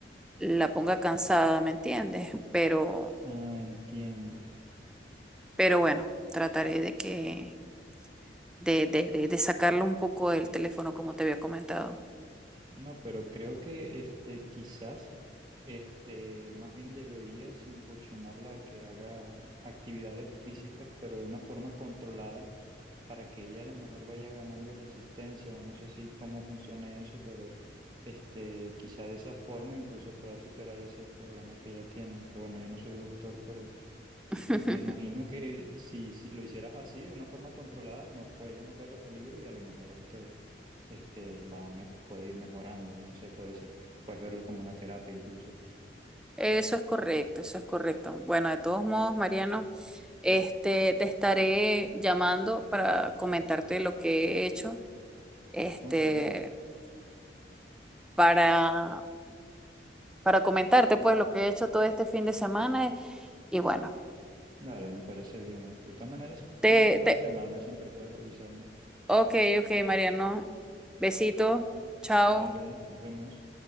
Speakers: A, in the centre; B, on the right.
A: la ponga cansada, ¿me entiendes? Pero,
B: Ah, entiendo.
A: pero bueno, trataré de que, de, de, de, de sacarlo un poco del teléfono, como te había comentado.
B: No, pero creo que este quizás este más bien deberías incursionarla a que haga actividades físicas, pero de una forma controlada. para que ella a lo mejor vaya ganando resistencia, o no sé si cómo funcione eso, pero este, quizá de esa forma incluso pueda superar ese problema que ella tiene, aunque bueno, yo no soy doctor, pero s-
A: <laughs>
B: me imagino que si, si lo hicieras así, de una forma controlada, no, co- ella no corre peligro y a lo mejor este, este va mejor, puede ir mejorando, no sé, puede ser, puedes verlo como una terapia incluso.
A: Eso es correcto, eso es correcto. Bueno, de todos modos, Mariano, este, te estaré llamando para comentarte lo que he hecho, este,
B: Ok,
A: para, para comentarte pues lo que he hecho todo este fin de semana y bueno,
B: dale, me parece bien. man. De todas maneras,
A: te,
B: siempre puedes
A: te-
B: llamarme, siempre puedes avisarme.
A: Ok, ok, Mariano. Besito. Chao.
B: Vale, nos vemos.